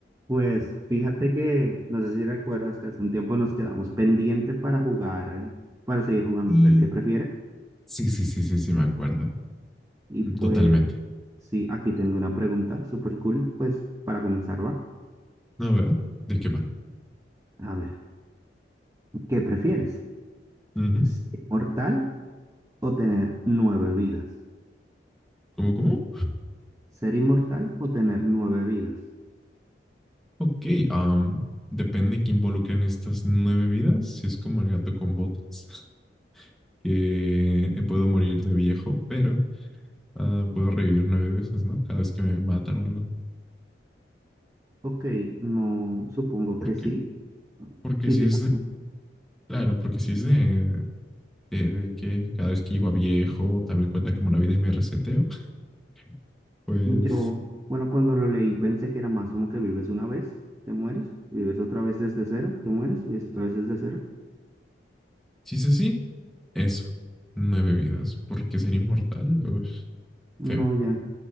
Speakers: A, on the right; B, in the centre.
A: Pues fíjate que, no sé si recuerdas que hace un tiempo nos quedamos pendiente para jugar, eh, para seguir jugando
B: Y
A: el que prefieres.
B: Sí, sí, sí, sí, sí, me acuerdo.
A: Y pues
B: Totalmente.
A: sí, aquí tengo una pregunta súper cool, pues para comenzar va.
B: A ver, ¿de qué va?
A: A ver, ¿qué prefieres?
B: Ujú.
A: ¿Ser inmortal o tener nueve vidas?
B: ¿Cómo, cómo?
A: ¿Ser inmortal o tener nueve vidas?
B: Ok, am, depende que involucren estas nueve vidas. Si es como el gato con botas, <laughs> que puedo morir de viejo, pero ah, puedo revivir nueve veces, ¿no? Cada vez que me matan o algo.
A: Ok, no, supongo
B: Porque,
A: que sí.
B: porque
A: Quisieras.
B: si es de, claro, porque si es de, de, de que cada vez que llego a viejo también cuenta como una vida y me reseteo, <laughs> pues
A: Yo, bueno, cuando lo leí pensé que era más como que vives una vez, te mueres, vives otra vez desde cero, te mueres, vives otra vez desde cero.
B: Si es así, eso. Nueve vidas, porque ser inmortal, uf,
A: No,
B: feo.
A: ya,